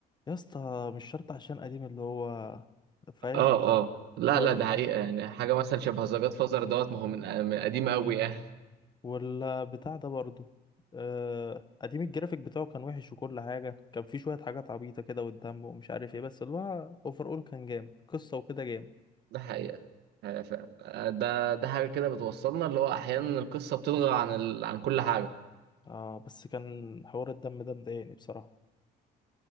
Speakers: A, on the left; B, on the right.
A: يا اسطى مش شرط عشان قديم اللي هو فاهم
B: اه اه لا
A: هو
B: لا
A: انت
B: ده حقيقه يعني حاجه مثلا شبه ذا جاد فازر دوت ما هو من من قديم قوي يعني
A: ولا بتاع ده برضو آه... قديم الجرافيك بتاعه كان وحش وكل حاجة كان فيه شوية حاجات عبيطة كده والدم ومش عارف ايه بس اللي هو اوفر اول كان جامد قصة وكده جامد
B: ده حقيقه آه، فعلا. آه، ده ده حاجه كده بتوصلنا اللي هو احيانا القصه بتلغى عن ال... عن كل حاجه
A: اه بس كان حوار الدم ده مضايقني بصراحة